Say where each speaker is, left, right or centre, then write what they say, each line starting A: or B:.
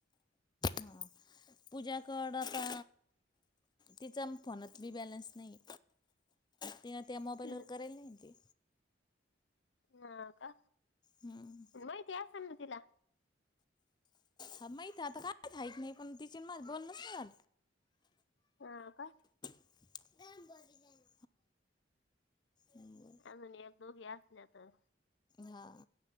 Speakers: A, on the left; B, on the left.
A: हा पूजा कड आत्ता तिचा फोनात बी बॅलन्स नाही त्या त्या मोबाईलवर
B: हम्म,
A: केला नाही ते
B: ह का!
A: हम्म.
B: माहिती यास अन तिला.
A: ह माहीत आता काय यित नाही पण टिचन मच बोलनस ना!
B: हा का!
A: <unintelligible> बर.
B: अजून एक दोघी असल्या तर,
A: हा,